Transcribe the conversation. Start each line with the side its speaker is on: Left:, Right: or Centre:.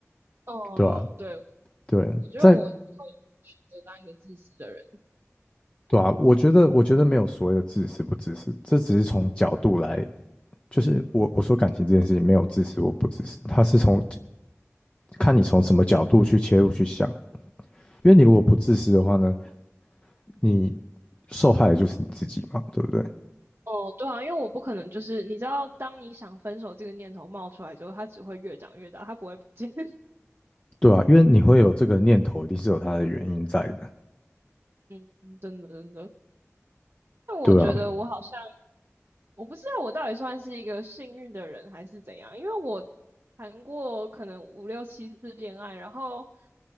Right: 哦，
Left: 对吧、
Right: 对，我
Left: 对，
Right: 我觉得我会选择当一个自私的人。
Left: 在对啊，我觉得我觉得没有所谓的自私不自私，这只是从角度来，就是我我说感情这件事情没有自私或不自私，他是从看你从什么角度去切入去想，因为你如果不自私的话呢，你受害的就是你自己嘛，对不对？
Right: 哦，对啊，因为我不可能就是你知道，当你想分手这个念头冒出来之后，它只会越长越大，它不会不见。<laughs>
Left: 对啊，因为你会有这个念头，一定是有它的原因在的。
Right: 嗯，真的真的。但我觉得我好像
Left: 对啊，
Right: 我不知道我到底算是一个幸运的人还是怎样，因为我谈过可能五六七次恋爱，然后